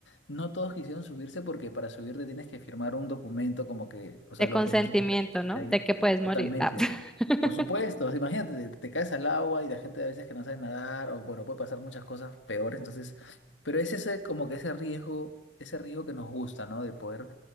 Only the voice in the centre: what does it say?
De
consentimiento,
¿no?
De que puedes morir.
Ah. <laughs>